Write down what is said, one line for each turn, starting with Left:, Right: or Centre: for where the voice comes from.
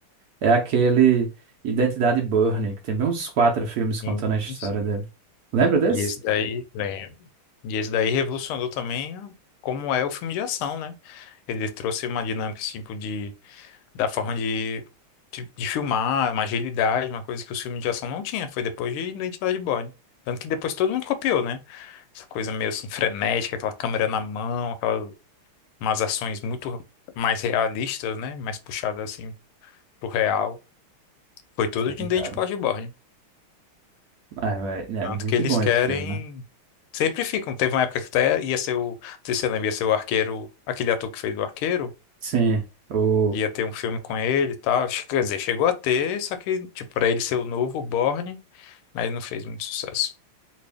Right: É aquele Identidade Burning, que tem bem uns quatro filmes contando
Left: Sim,
Right: a história
Left: sim.
Right: dele. Lembra desse?
Left: E esse daí, lembro. E esse daí revolucionou também como é o filme de ação, né? Ele trouxe uma dinâmica, esse tipo, de, da forma de, de, de filmar, uma agilidade, uma coisa que os filmes de ação não tinha. Foi depois de Identidade Born. Tanto que depois todo mundo copiou, né? Essa coisa meio assim frenética, aquela câmera na mão, aquelas umas ações muito mais realistas, né? Mais puxadas assim pro real. Foi tudo
Right: Sim,
Left: de Identidade
Right: cara.
Left: Born.
Right: Ah, é, é
Left: Tanto
Right: muito
Left: que eles
Right: bom
Left: querem.
Right: esse filme, né?
Left: Sempre ficam. Teve uma época que até ia ser o. Não sei se você lembra, ia ser o arqueiro. Aquele ator que fez o arqueiro.
Right: Sim, o.
Left: Ia ter um filme com ele e tal. Che- Quer dizer, chegou a ter, só que, tipo, pra ele ser o novo Borne, mas ele não fez muito sucesso.